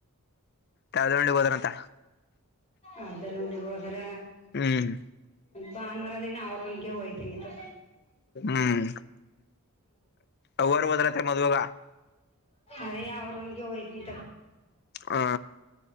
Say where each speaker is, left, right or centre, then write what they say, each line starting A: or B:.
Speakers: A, on the left; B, on the left.
A: ತಳ್ದೊಂಡಿಗ್ ಹೋದ್ರಂತ
B: ಅದೆಲ್ಲ ಉಟ ಬದರ
A: ಹ್ಮ್
B: ಭಾನುವಾರ ದಿನ ಅವ್ರೊನ್ಗೆ ಹೋಗಯ್ತೇನಿ ಅ
A: ಹ್ಮ್ ಅವರು ಹೋದ್ರತ್ರ ಮದ್ವಾಗ
B: ಅದೇ ಯಾವ್ರ ಒಂದಗೆ ಹೋಯ್ತ ನಿ
A: ಹ